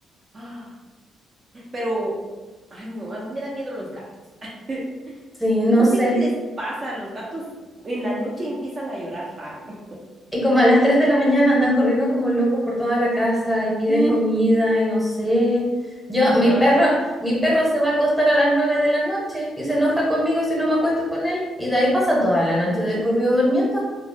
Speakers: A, on the right; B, in the centre.
A: Ah, Pero, ay no, a mí me dan miedo los gatos. <laughs>
B: Sí, no
A: No sé
B: sé.
A: qué les pasa a los gatos. En la noche empiezan a llorar raro. <laughs>
B: Y como a las tres de la mañana andan corriendo como locos por toda la casa y piden
A: Mm,
B: comida y no sé. Yo,
A: ajá.
B: mi perro, mi perro se va a acostar a las nueve de la noche y se enoja conmigo si no me acuesto con él. Y de ahí pasa toda la noche de corrido durmiendo.